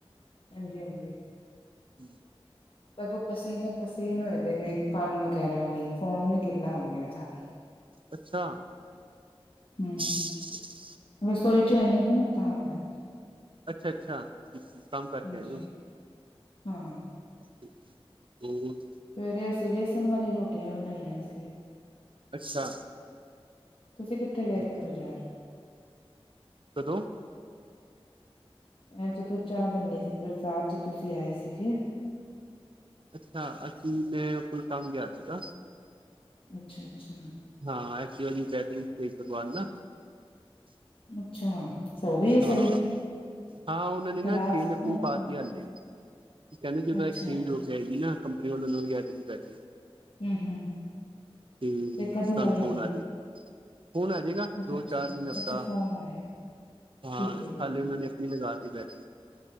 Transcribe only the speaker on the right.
ਹੂੰ।
ਅੱਛਾ।
ਠੀਕ ਹੈ ਠੀਕ ਹੈ,
ਅੱਛਾ-ਅੱਛਾ, ਕੰਮ ਕਰਕੇ
ਆਏ ਓ।
<unintelligible>
ਅੱਛਾ।
ਠੀਕ
ਹੈ
ਕਦੋਂ।
ਅੱਛਾ, ਅਸੀਂ ਮੈਂ ਕੋਈ ਕੰਮ ਗਿਆ ਸੀਗਾ।
ਹਾਂ, ਐਕਟੀਵਾ ਦੀ ਬੈਟਰੀ ਸਹੀ ਕਰਵਾਨ ਨਾ।
ਹਾਂ,
ਹਾਂ ਉਹਨਾਂ ਨੇ ਨਾ
ਚੇਂਜ
ਆਪਣੀ
ਪਾਤੀ ਹਾਲੇ। ਕਹਿੰਦੇ ਜਦੋਂ
ਐਕਸਚੇਂਜ ਹੋ ਕੇ ਆਏਗੀ ਨਾ, ਕੰਪਨੀ ਵੱਲੋਂ ਨਵੀਂ ਆ ਜਾਏਗੀ ਬੈਟਰੀ।
ਤੇ
ਤੁਹਾਨੂੰ
ਫੋਨ ਆ ਜਾਏਗਾ। ਫੋਨ ਆ ਜਾਏਗਾ,
ਦੋ-ਚਾਰ
ਦਿਨ ਹਫਤਾ
ਹਾਂ,
ਹਾਲੇ ਉਹਨਾਂ
ਨੇ ਆਪਣੀ ਲਗਾਤੀ ਬੈਟਰੀ।